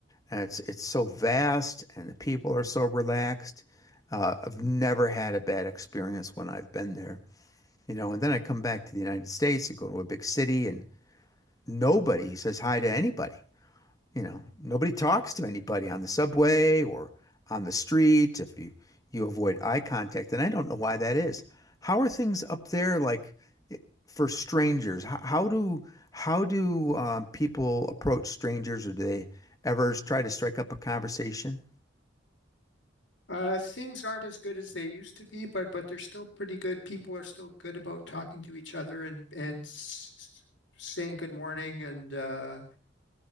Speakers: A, on the left; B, on the left.
A: And it's it's so vast, and the people are so relaxed. Uh, I've never had a bad experience when I've been there, you know. And then I come back to the United States and go to a big city, and nobody says hi to anybody. You know, nobody talks to anybody on the subway or on the street if you you avoid eye contact, and I don't know why that is. How are things up there like for strangers? How, how do how do um, people approach strangers, or do they ever try to strike up a conversation?
B: Uh, things aren't as good as they used to be, but but they're still pretty good. People are still good about talking to each other and and s- saying good morning and uh,